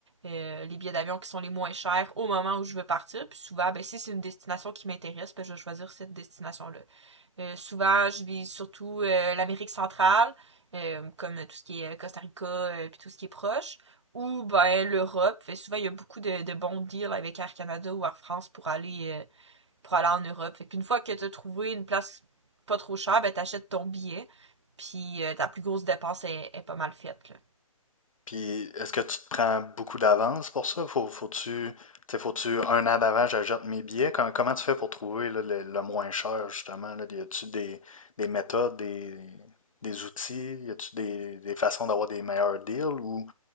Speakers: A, on the right; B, on the left.
A: euh, les billets d'avion qui sont les moins chers au moment où je veux partir. Puis souvent, ben, si c'est une destination qui m'intéresse, ben, je vais choisir cette destination-là. Euh, souvent, je vise surtout euh, l'Amérique centrale, euh, comme tout ce qui est Costa Rica, euh, puis tout ce qui est proche, ou ben l'Europe. Fait souvent, il y a beaucoup de, de bons deals avec Air Canada ou Air France pour aller euh, pour aller en Europe. Fait qu'une fois que tu as trouvé une place pas trop chère, ben t'achètes ton billet, puis euh, ta plus grosse dépense est, est pas mal faite, là.
B: Puis est-ce que tu te prends beaucoup d'avance pour ça? Faut, faut-tu, tu faut-tu un an d'avant, j'achète mes billets? Com- comment tu fais pour trouver là, le, le moins cher, justement? Là? Y a-tu des, des méthodes, des, des outils? Y a-tu des, des façons d'avoir des meilleurs deals ou